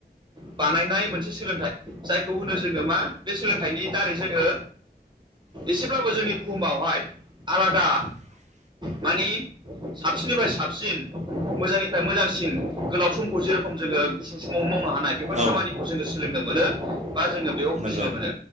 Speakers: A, on the right; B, on the right.
A: बानायनाय मोनसे सोलोंथाइ। जायखौ होनो जोङो मा बे सोलोंथाइनि दारै जोङो एसेब्लाबो जोंनि बुहुमावहाय आलादा
B: <inaudible>
A: माने साबसिननिफ्राय साबसिन मोजांनिफ्राय मोजांसिन गोलाव समखौ जेरेखम जोङो गुसु समावनो मावनो हानाय। बेफोर
B: औ
A: खामानिखौ जोङो सोलोंनो मोनो बा जोङो बेयाव
B: नंगौ
A: बुजिनो मोनो